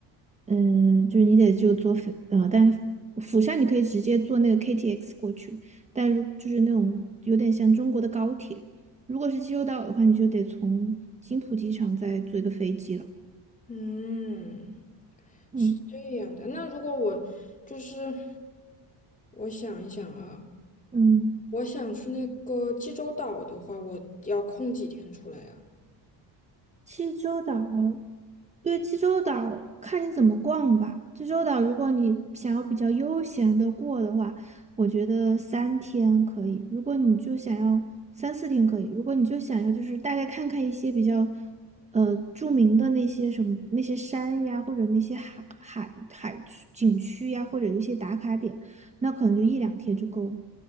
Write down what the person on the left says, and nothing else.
嗯。
是这样的。那如果我就是我想一想啊，
我想去那个济州岛的话，我要空几天出来啊？